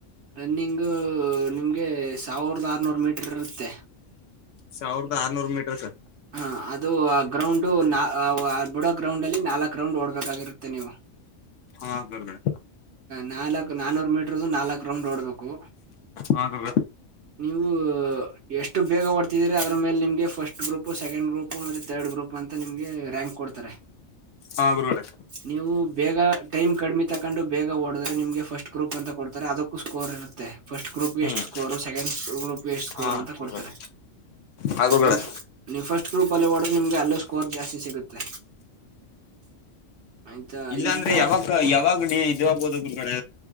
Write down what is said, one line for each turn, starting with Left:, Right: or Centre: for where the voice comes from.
Right: ರನ್ನಿಂಗು ನಿಮ್ಗೆ ಸಾವಿರದ ಆರ್ನೂರು ಮೀಟರ್ ಇರುತ್ತೆ
Left: ಸೌರ್ದ ಆರ್ನೂರು ಮೀಟರ್ ಸರ್
Right: ಹ ಅದು ಗ್ರೌಂಡು ಬಿಡೋ ಗ್ರೌಂಡ್ ಅಲ್ಲಿ ನಾಲ್ಕ್ು ಗ್ರೌಂಡ್ ಓಡ್ಬೇಕಾಗಿರುತ್ತೆ ನೀವು
Left: ಹಾ ಗುರುಗಳೇ
Right: ನಾಲ್ಕು ನಾಾನೂರು ಮೀಟ್ರದುು ನಾಲ್ಕು ರೌಂಡ್ ನೋಡ್ಬೇಕು
Left: ಹ ಗುರುಗಳೇ
Right: ನೀವು ಎಷ್ಟು ಬೇಗ ಹೊಡ್ತಿದ್ರ ಅದ್ರ ಮೇಲೆ ನಿಮ್ಗೆಫಸ್ಟ್ ಗ್ರೂಪ್ ಸೆಕೆಂಡ್ ಗ್ರೂಪ್ ಮತ್ತೆ ತರ್ಡ್ ಗ್ರೂಪ್ ಅಂತ ನಿಮ್ಗೆ ರಂ ಹೆ್ ಕೊಡ್ತಾರೆ
Left: ಹಾ ಗುರುಗಳೇ
Right: ನೀವು ಬೇಗ ಟೈಮ್ ಕಡಿಮೆ ತಕೊಂಡು ಬೇಗ ಓಡಿದ್ರೆಮಗೆ ಫಸ್ಟ್ ಗ್ರೂಪ್ ಅಂತ ಕೊಡ್ತಾರೆ ಅದಕ್ಕೂ ಸ್ಕೋರ್ ಇರುತ್ತೆ ಫಸ್ಟ್ ಗ್ರೂಪ್ಗೆ
Left: ಹ್ಮ್
Right: ಎಷ್ಟು ಸ್ಕೋರ್ ಸೆಕೆಂಡ್ ಗ್ರೂಪ್ ಸ್ಕೋರ್
Left: ಹಾ
Right: ಅಂತ
Left: ಗುರುಗಳೇ
Right: ಕೊಡ್ತಾರೆ
Left: ಹಾ ಗುರುಗಳೇ
Right: ನೀವು ನೀವು ಫಸ್ಟ್ ಎಷ್ಟ ರೂಪಲ್ಲಿ ಓಡ್ರೆ ನಿಮ್ಗೆ ಅಲ್ಲೋ ಸ್ಕೋರ್ ಜಾಸ್ತಿ ಸಿಗುತ್ತೆ ಆಯ್ತಾ
Left: ಇಲ್ಲಾಂದ್ರೆ
Right: ಇದ್ದ
Left: ಯಾವಕ್ಕ ಯಾವಾಗಡಿ ಇದು ಆಗಬಹುದು ಗುರುಗಳೇ